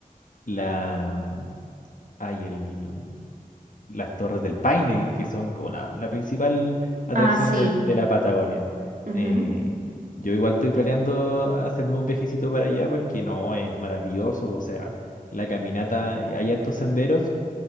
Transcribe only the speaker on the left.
la hay el, las Torres del Paine, que son como la, la principal atracción
de, de la Patagonia.
Eh, yo igual estoy planeando hacerme un viajecito para allá porque no, es maravilloso. O sea, la caminata, hay hartos senderos,